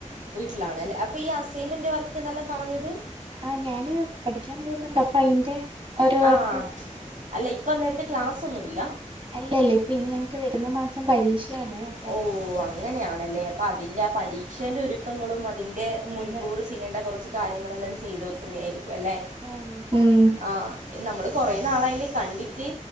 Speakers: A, on the right (about 85°); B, on the right (about 40°).
A: വീട്ടിലാണല്ലേ അപ്പൊ ഈ അസൈമെന്റ് വർക്ക്ന്നെല്ലാം പറഞ്ഞത്
B: ആഹ് ഞാന് പഠിക്ക്യാൻ പോവുന്നുണ്ട് അപ്പോ അയിന്റെ ഓരോ വർക്ക്
A: ആഹ് അല്ല ഇപ്പൊ അന്നേരത്തെ ക്ലാസ്സ് ഒന്നുല്ല
B: അല്ലെല്ലാ ഇപ്പ ഇനി ഞങ്ങക്ക് വരുന്ന മാസം പരീക്ഷയാണ് അ
A: ഓഹ് അങ്ങനെയാണല്ലേ അപ്പൊ അതിന്റെ ആ പരീക്ഷന്റെ ഒരുക്കങ്ങളും അതിന്റെ മുൻകൂർ
B: അതെ
A: ചെയ്യേണ്ട കൊറച്ച് കാര്യങ്ങളെല്ലാം ചെയ്തു വെക്കുന്നെ ആയിരിക്കും അല്ലേ?
B: ആഹ് ഉം
A: ആഹ് നമ്മള് കൊറെ നാളായില്ലേ കണ്ടിട്ട്